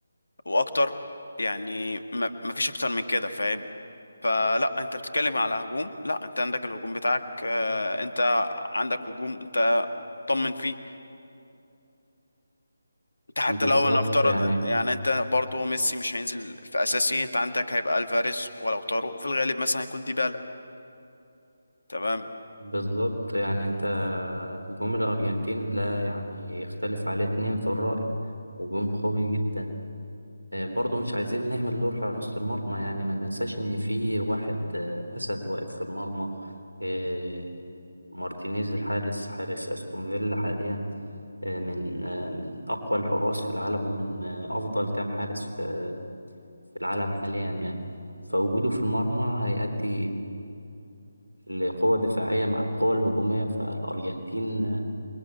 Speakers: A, on the left; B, on the right.
A: واكتر يعني ما- مفيش اكتر من كده فاهم فلا انت بتتكلم على هجوم لا انت عندك الهجوم بتاعك آه، انت عندك هجوم انت طمن فيه انت حتى
B: بالظبط
A: لو نفترض
B: يعني
A: يعني انت برضو ميسي مش هينزل في اساسي انت عندك هيبقى الفاريز ولو طاروا في الغالب مثلا هيكون ديبالا تمام
B: بالظبط يعني أنت هجوم الأرجنتين لا يعني يختلف عليه اتنين في الرأي هجوم قوي جدا آه، برضو مش عايزين نهمل دور حراسة المرمى يعني ما ننساش إن في واحد آه، أسد واقف في المرمى آه، مارتينيز الحارس حارس أستون فيلا حاليا آه، من آه، من أقوى الحراس في العالم ومن آه، أفضل كام حارس في آه، في العالم حاليا يعني فوجوده في المرمى هيؤدي آه، لقوة دفاعية مع القوة الهجومية فالأرجنتين آه،